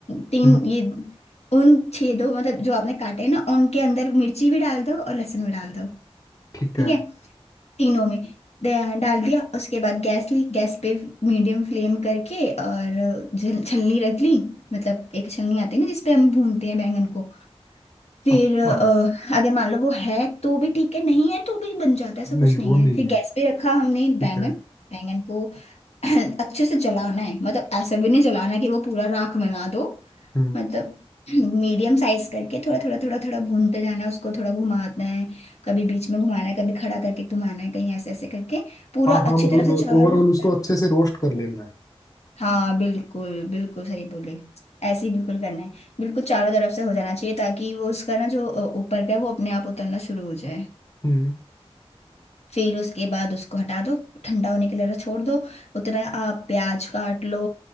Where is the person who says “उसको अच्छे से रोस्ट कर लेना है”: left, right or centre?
Left